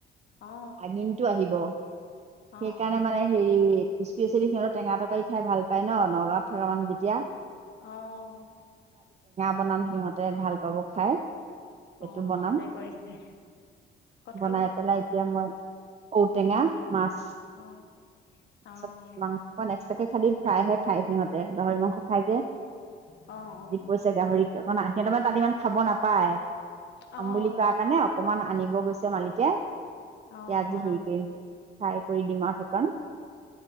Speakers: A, on the left (about 60°); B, on the right (about 35°).
A: অ
B: ভাগিনটো আহিব। ‌
A: অ
B: সেইকাৰণে মানে হেৰি স্পেচিয়েলি সিহঁতে টেঙা তটকাৰী খাই ভাল পায় ন। নগাঁৱত থকা মানুহ তেতিয়া
A: অহ
B: বনাম সিহঁতে ভাল পাব খাই। সেইটো
A: অ'
B: বনাম
A: ভালে কৰিছে, ক'ত
B: বনাই পেলাই এতিয়া মই ঔ-টেঙা মাছ,
A: অ অ
B: তাৰপিছত মাংস‌ অকণমান খালি ফ্ৰাইহে খায়, সিহঁতে গাহৰি মাংস খাই যে,
A: অ',
B: ই কৈছে গাহৰিকে অকণ আন। সিহঁতৰ মানে তাত ইমান খাব নাপায়
A: অ', অ',
B: পাম বুলি কোৱা কাৰণে অকমান আনিব গৈছে। মালিকে
A: অঁ
B: এতিয়া আজি
A: বনাব
B: হেৰি কৰিম
A: বাৰু
B: ফ্ৰাই কৰি দিম সেইকণ